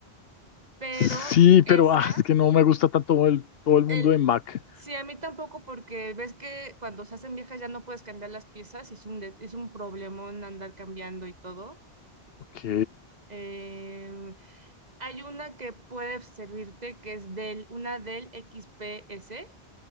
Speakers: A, on the right; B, on the left.
A: pero
B: Sí, pero
A: esas,
B: ah, es que no me gusta tanto el, todo el
A: el,
B: mundo de Mac.
A: sí, a mí tampoco porque ves que cuando se hacen viejas ya no puedes cambiar las piezas y es un, de- es un problemón andar cambiando y todo.
B: Ok.
A: Em, hay una que puede servirte que es Dell, una Dell XPS